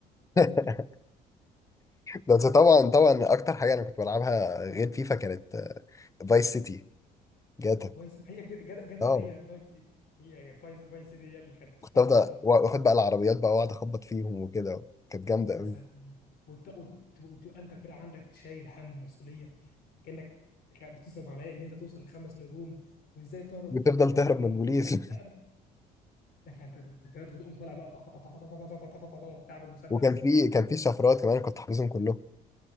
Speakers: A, on the left; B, on the left.
A: <laughs> بس طبعا طبعا أكتر حاجة أنا كنت بلعبها غير فيفا كانت فايس سيتي جاتا
B: فايس ما هي جدا جدا
A: اه
B: هي فايس سيتي هي يعني فايس فايس سيتي هي اللي كانت
A: كنت
B: الفتره
A: أفضل
B: بتاعت اسبانيا
A: وآخد بقى العربيات بقى وأقعد أخبط فيهم وكده كانت جامدة أوي
B: مثلا وت- وت- وتبقى انت كده عندك شايل هم ومسؤوليه كانك بتصرف على إيه؟ ان انت توصل لخمس نجوم وازاي تهرب
A: وتفضل
B: من الشرطه من
A: تهرب
B: غير ما يموتوك
A: من البوليس <laughs>
B: لا ده ده كانت ذكريات وتقوم طالع بقى طخ- طخ- طخ- طخ- طخ- طخ- طخ- طخ- طخ- بتاع بالمسدس
A: وكان في كان في شفرات كمان كنت حافظهم كلهم